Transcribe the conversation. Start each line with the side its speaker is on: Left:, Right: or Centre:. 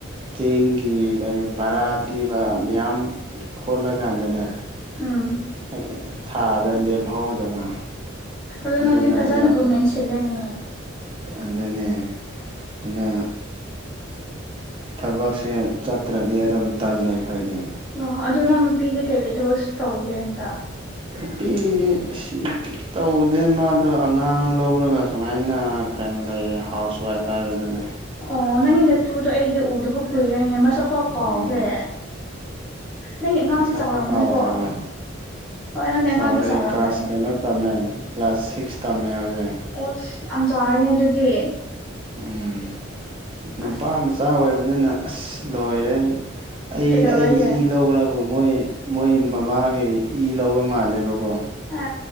Right: ꯆꯦꯡꯒꯤ ꯀꯩ ꯕꯔꯥ ꯄꯤꯕ ꯃꯌꯥꯝ ꯈꯣꯠꯂꯀꯥꯟꯗꯅꯦ
Centre: ꯎꯝ
Right: ꯍꯥꯏꯗꯤ ꯊꯥꯗ ꯂꯦꯝꯍꯧꯗꯕ
Centre: ꯑꯗꯣ
Right: ꯑꯗꯨꯅ
Centre: ꯅꯪꯗꯤ ꯐꯖꯥꯅꯕꯨ
Right: ꯌꯥꯝ
Centre: ꯃꯦꯟꯁꯤꯜꯂꯦꯅꯦ
Right: ꯑꯗꯨꯅꯦ ꯑꯗꯣ ꯊꯕꯛꯁꯦ ꯆꯠꯇ꯭ꯔꯗꯤ ꯑꯗꯨꯝ ꯇꯜꯂꯦ ꯑꯩꯈꯣꯏꯗꯤ
Centre: ꯑꯣ ꯑꯗꯣ ꯅꯪ ꯅꯨꯄꯤꯗꯤ ꯀꯩꯀꯩ ꯊꯕꯛ ꯇꯧꯒꯦ ꯍꯟꯇꯛ
Right: ꯅꯨꯄꯤ ꯑꯁ ꯅꯨꯄꯤ ꯇꯧꯗꯦ ꯃꯥꯗꯣ ꯑꯉꯥꯡ ꯂꯧꯔꯒ ꯁꯨꯃꯥꯏꯅ ꯀꯩꯅꯣ ꯂꯩꯌꯦ ꯍꯥꯎꯁꯋꯥꯏꯐ ꯍꯥꯏꯕꯗꯨꯅꯦ
Centre: ꯑꯣ ꯅꯪꯒꯤ ꯅꯠꯇꯨꯗꯣ ꯑꯩꯗꯤ ꯎꯗꯕ ꯀꯨꯏꯔꯦ ꯃꯁꯛꯐꯥꯎ ꯀꯥꯎꯈ꯭ꯔꯦ
Right: ꯑꯣ
Centre: ꯅꯪꯒꯤ ꯑꯉꯥꯡꯗꯤ
Right: ꯃꯁꯛ
Centre: ꯆꯥꯎꯔꯝꯃꯅꯤꯀꯣ
Right: ꯐꯥꯎ ꯀꯥꯎꯈ꯭ꯔꯕ
Centre: ꯍꯣꯏ ꯅꯪꯗꯤ ꯑꯉꯥꯡꯗꯤ
Right: ꯆꯥꯎꯔꯦ
Centre: ꯆꯥꯎꯔꯝꯃꯅꯤ
Right: ꯀ꯭ꯂꯥꯁ ꯀꯩꯅꯣ ꯇꯝꯃꯦ ꯀ꯭ꯂꯥꯁ ꯁꯤꯛꯁ ꯇꯝꯃꯦ ꯍꯧꯖꯤꯛ
Centre: ꯑꯨꯁ ꯌꯥꯝ ꯆꯥꯎꯔꯦꯅꯦ ꯑꯗꯨꯗꯤ
Right: ꯎꯝ ꯅꯨꯄꯥ
Centre: ꯑꯁ
Right: ꯃꯆꯥ ꯑꯣꯏꯕꯅꯤꯅ ꯑꯁ ꯂꯣꯏꯔꯦ ꯑꯩ
Centre: ꯀꯩꯗꯧꯔꯒꯦ
Right: ꯑꯩ ꯏ ꯂꯧꯕ꯭ꯔꯕꯨ ꯃꯣꯏ ꯃꯣꯏ ꯃꯃꯥꯒꯤ ꯏ ꯂꯧꯕ ꯃꯥꯜꯂꯦꯕꯀꯣ
Centre: ꯑ